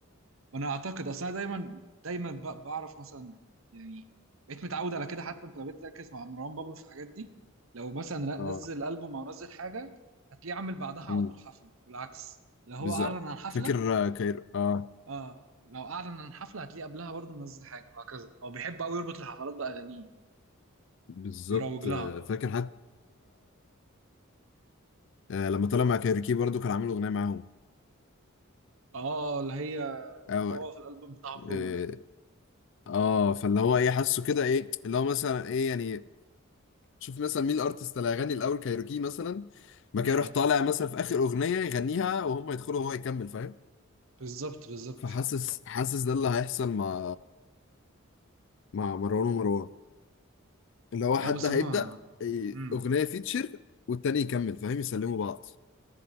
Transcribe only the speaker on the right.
وانا اعتقد اصل انا دايما دايما ب- بعرف مثلا يعني بقيت متعود على كده حتى انت لو بقيت تركز مع مروان بابلو في الحاجات دي لو مثلا نزل
البوم او نزل حاجه هتلاقيه عامل بعدها على
طول حفله والعكس لو هو
اعلن عن حفله
اه لو اعلن عن حفله هتلاقيه قبلها برضه منزل حاجه وهكذا هو بيحب قوي يربط الحفلات باغانيه
بيروج لها
اه اللي هي
هو في الالبوم بتاعهم روما
ده
امم
بالظبط بالظبط
لا
بس
هما
امم